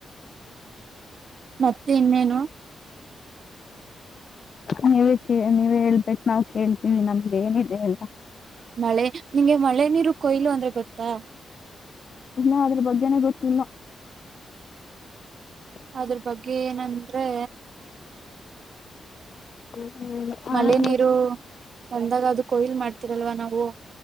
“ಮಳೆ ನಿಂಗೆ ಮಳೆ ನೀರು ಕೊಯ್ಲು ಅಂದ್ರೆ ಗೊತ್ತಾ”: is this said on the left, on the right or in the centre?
Right